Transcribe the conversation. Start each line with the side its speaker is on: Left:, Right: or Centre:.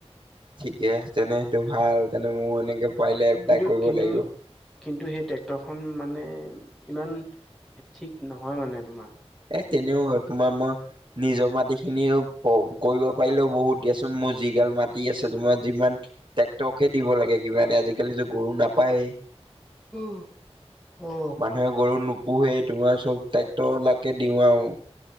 Right: ঠিকে আছে নে সেইটো ভাল তেনে মোৰ এনেকে পাৰিলে এপ্লাই
Centre: কিন্তু
Right: কৰিব
Centre: কিন্তু,
Right: লাগিব
Centre: কিন্তু সেই ট্ৰেক্টৰখন মানে ইমান ঠিক নহয় মানে তোমাৰ
Right: এ কেনেও অ তোমা মই নিজৰ মাটি খিনিও ক কৰিব পাৰিলও বহুত দিয়াচোন মোৰ যিগাল মাটি আছে তোমাৰ যিমান ট্ৰেক্টকে দিব লাগে কি মানে আজিকালিতো গৰু নাপায়েই।
Centre: উহ! অ।
Right: নে গৰু নোপোহেই তোমাৰ চব ট্ৰেক্টৰলাকে দিও আও।